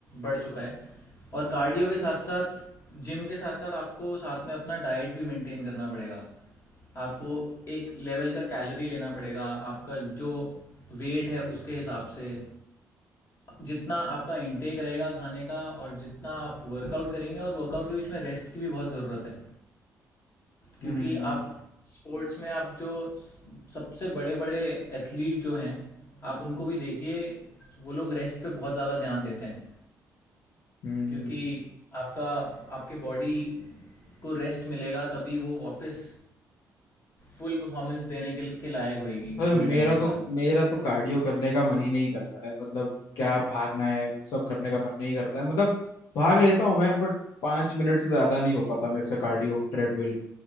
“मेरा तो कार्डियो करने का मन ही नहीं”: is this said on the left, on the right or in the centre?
Left